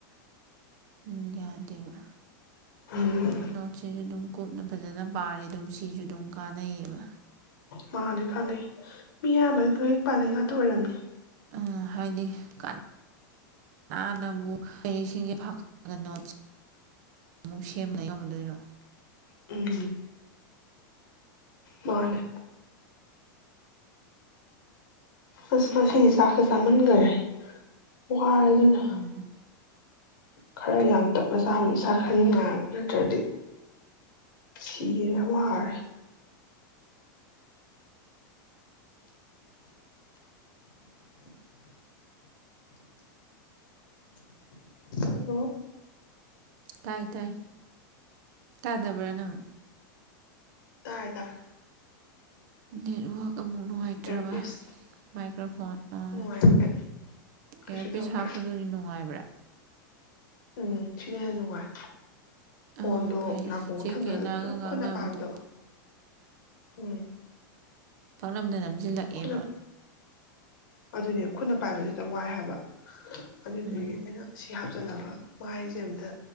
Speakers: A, on the right; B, on the left.
A: ꯎꯝ ꯌꯥꯗꯦꯕ
B: ꯎꯝ
A: ꯅꯣꯠꯖꯤꯗꯤ ꯗꯨꯝ ꯀꯨꯞꯅ ꯐꯖꯅ ꯄꯥꯔꯦ ꯑꯗꯨꯝ ꯁꯤꯁꯨ ꯑꯗꯨꯝ ꯀꯥꯟꯅꯩꯌꯦꯕ
B: ꯃꯥꯅꯦ ꯀꯅꯩ ꯃꯤ ꯑꯌꯥꯝꯕ ꯂꯣꯏ ꯄꯥꯅꯩ ꯉꯥꯛꯇ ꯑꯣꯏꯔꯝꯅꯤ
A: ꯎꯝꯍꯥꯏꯗꯤ ꯀꯅꯥꯅꯕꯨ ꯂꯥꯏꯔꯤꯛꯁꯤꯡꯁꯦ ꯐꯥꯛ ꯇꯣꯠ ꯑꯃꯨꯛ ꯅꯣꯠꯁ ꯑꯃꯨꯛ ꯁꯦꯝ ꯂꯩ ꯉꯝꯗꯣꯏꯅꯣ
B: ꯎꯝ ꯃꯥꯅꯦ ꯑꯁ ꯉꯥꯁꯤꯗꯤ ꯆꯛꯁꯦ ꯆꯃꯟꯒꯥꯔꯦ ꯋꯥꯔꯦ ꯑꯗꯨꯅ
A: ꯎꯝ
B: ꯈꯔ ꯌꯥꯡꯇꯛꯅ ꯆꯥꯕꯅ ꯏꯁꯥ ꯈꯔ ꯅꯨꯡꯉꯥꯏꯕ ꯅꯠꯇ꯭ꯔꯗꯤ ꯁꯤꯔꯦ ꯋꯥꯔꯦ ꯍꯜꯂꯣ
A: ꯇꯥꯏ ꯇꯥꯏ ꯇꯥꯗꯕ꯭ꯔꯅꯪ
B: ꯇꯔꯦ ꯇꯔꯦ
A: ꯅꯦꯠꯋꯥꯛ ꯑꯃꯨꯛ ꯅꯨꯡꯉꯥꯏꯇ꯭ꯔꯕ
B: ꯏꯌꯥꯔꯄꯤꯁ
A: ꯃꯥꯏꯀ꯭ꯔꯥꯐꯣꯟ ꯑꯥ
B: ꯅꯨꯡꯉꯥꯏꯕ ꯀꯩ ꯀꯩꯁꯨ
A: ꯏꯌꯥꯔꯄꯤꯁ
B: ꯇꯧꯗ꯭ꯔꯦ
A: ꯍꯥꯞꯄꯗꯨꯗꯤ ꯅꯨꯡꯉꯥꯏꯕ꯭ꯔꯥ
B: ꯎꯝ ꯁꯤꯅ ꯍꯦꯟꯅ ꯅꯨꯡꯉꯥꯏ ꯐꯣꯟꯗꯣ
A: ꯑꯥ ꯐꯩ
B: ꯅꯥꯀꯣꯡꯗ
A: ꯆꯦ
B: ꯊꯝꯖꯤꯜꯂ
A: ꯀꯦꯅꯥꯒ
B: ꯑꯗꯨꯝ
A: ꯉꯥꯡꯅꯕꯗꯤ
B: ꯈꯨꯠꯅ ꯄꯥꯏꯕꯗꯣ ꯎꯝ
A: ꯄꯛꯅꯝꯗ ꯅꯝ ꯖꯤꯜꯂꯛꯑꯦꯕ
B: ꯈꯨꯠꯅ ꯑꯗꯨꯅꯦ ꯈꯨꯠꯅ ꯄꯥꯏꯕꯗꯤ ꯍꯦꯛꯇ ꯋꯥꯏ ꯍꯥꯏꯕ ꯑꯗꯨꯏꯗꯨꯒꯤ
A: ꯎꯝ
B: ꯑꯩꯅ ꯁꯤ ꯍꯥꯞꯆꯤꯜꯂꯒ ꯃꯥꯏꯖꯦ ꯑꯝꯇ